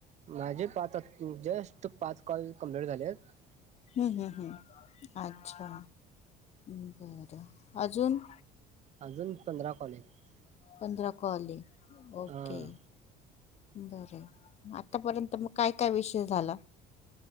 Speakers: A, on the right (about 40°); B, on the left (about 40°).
A: माझे पाच जस्ट पाच कॉल कुंप्लेंट झालेत
B: हम्म ह ह अच्छा ् बरं अजून
A: अजून पंधरा कॉलहायत
B: पधरा कॉलय ओके
A: हा
B: बर आतापर्यंत मग काय काय विषय झाला